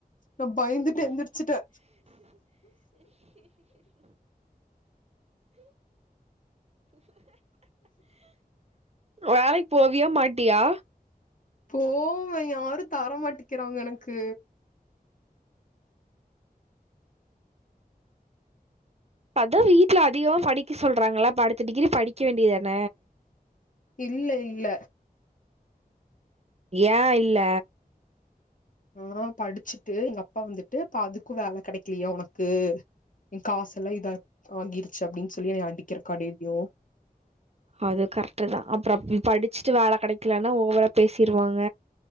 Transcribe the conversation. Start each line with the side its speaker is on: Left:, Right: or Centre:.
Left: நா பய்ந்துட்டு எந்திர்ச்சுட்டே
Right: வேலைக் போவியா மாட்டியா
Left: போவே யாரு தர மாட்டிக்கிறாங்க எனக்கு
Right: அதா வீட்ல அதிகமா படிக்க சொல்றாங்கல்ல அப்ப அடுத்த டிகிரி படிக்க வேண்டியதான
Left: இல்ல இல்ல
Right: ஏ இல்ல
Left: ஆ படிச்சிட்டு எங்க அப்பா வந்துட்டு இப்ப அதுக்கு வேல கெடைக்லியா உனக்கு எ காசெல்லா இதா ஆகிருச்சு அப்டின் சொல்லி என்னய அடிக்கிறக்கா டெய்லியு
Right: அது கரெக்ட்டு தா அப்றோ ம் படிச்சிட்டு வேல கெடைக்கலன்னா ஓவரா பேசிர்வாங்க